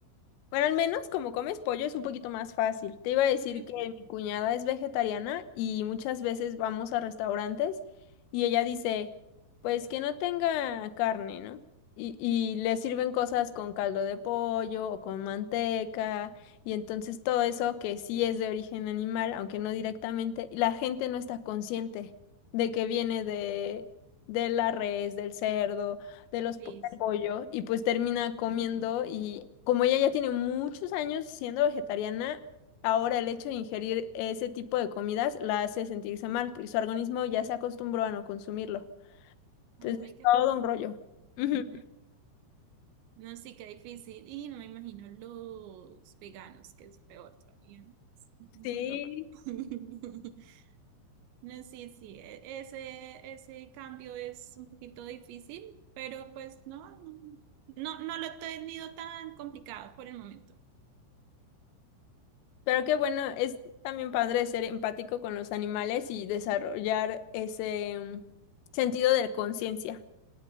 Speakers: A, on the left (about 85°); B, on the right (about 75°).
A: Bueno, al menos como comes pollo es un poquito más fácil. Te iba a decir
B: <laughs>
A: que mi cuñada es vegetariana y muchas veces vamos a restaurantes y ella dice, pues que no tenga carne, ¿no? Y, y le sirven cosas con caldo de pollo o con manteca y entonces todo eso que sí es de origen animal, aunque no directamente, y la gente no está consciente de que viene de, de la res, del cerdo de los
B: Difícil.
A: po- del pollo y pues termina comiendo y como ella ya tiene muchos años siendo vegetariana, ahora el hecho de ingerir ese tipo de comidas la hace sentirse mal porque su organismo ya se acostumbró a no consumirlo. Entonces
B: Oh my
A: es
B: God.
A: todo un rollo. Ujú,
B: Ujú. No, sí, qué difícil. Y no me imagino los veganos, que es peor todavía. Es un
A: Sí,
B: mundo aparte. <laughs> No, sí, sí. e- Ese, ese cambio es un poquito difícil, pero pues no, no, no, no lo he tenido tan complicado por el momento.
A: pero qué bueno, es también padre ser empático con los animales y desarrollar ese mm, sentido de conciencia.